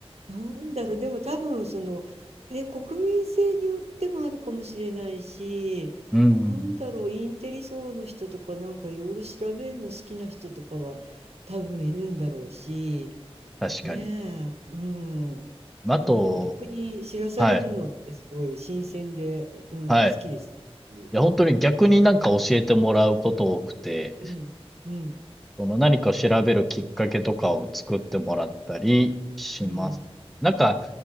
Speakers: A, on the right; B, in the centre.
A: なんだろう、でも多分その、え、国民性によってもあるかもしれないし、
B: うん、
A: なんだろう、インテリ層の人とかなんかいろいろ調べるの好きな人とかは多分いるんだろうし、
B: 確かに。
A: ねえ、うん。
B: あと、
A: いや、でも逆に知らされるのってすごい新鮮で、
B: はい、
A: うん、
B: はい。
A: 好きですし。
B: いや、本当に逆になんか教えてもらうこと多くて、
A: うん、うん、
B: その何かを調べるきっかけとかを作ってもらったりしますね。
A: うん。
B: なんか、